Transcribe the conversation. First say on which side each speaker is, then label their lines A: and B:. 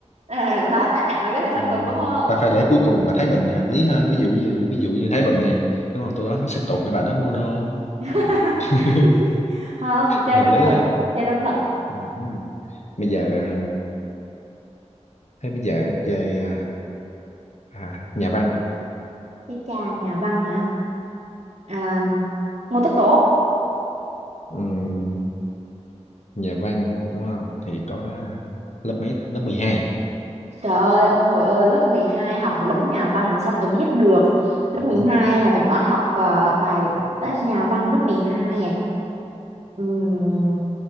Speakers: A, on the right; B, on the left.
A: à, là chắc chắn là biết là Sơn
B: Ừm,
A: Tùng đúng không
B: ta phải để cuối cùng là Thái Bình thì hợp lý hơn ví dụ như ví dụ như Thái Bình này đúng không tôi nói Sơn Tùng cái bà nó mono
A: <laughs>
B: à. <laughs>
A: không chơi
B: hợp
A: trong
B: lý
A: thật
B: là
A: chơi trong thật
B: Ừ. bây giờ thế bây giờ chơi à, à, nhà văn
A: cái cha nhà văn hả à, Ngô Tất Tố
B: Ừm, nhà văn đúng không thì có lớp mấy ta? lớp 12
A: Trời ơi, ông nội ơi, lớp 12 học một đống nhà văn làm sao mà tôi biết được. Lớp
B: Ừ.
A: 12 là mình có học ờ, bài test nhà văn lớp 12 này. Ừm,